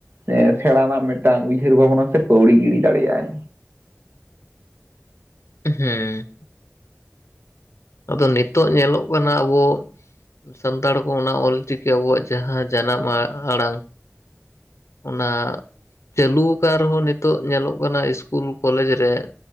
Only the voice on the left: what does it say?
ᱦᱩᱸ᱾ ᱟᱫᱚ ᱱᱤᱛᱚᱜ ᱧᱮᱞᱚᱜ ᱠᱟᱱᱟ ᱟᱵᱚ ᱥᱟᱱᱛᱟᱲ ᱠᱚ ᱚᱱᱟ ᱚᱞᱪᱤᱠᱤ ᱟᱵᱚᱣᱟᱜ ᱡᱟᱦᱟᱸ ᱡᱟᱱᱟᱢ ᱟ ᱟᱲᱟᱝ᱾ ᱚᱱᱟ ᱪᱟᱹᱞᱩ ᱟᱠᱟᱱ ᱨᱮᱦᱚᱸ ᱱᱤᱛᱚᱜ ᱧᱮᱞᱚᱜ ᱠᱟᱱᱟ ᱤᱥᱠᱩᱞ ᱠᱚᱞᱮᱡᱽ ᱨᱮ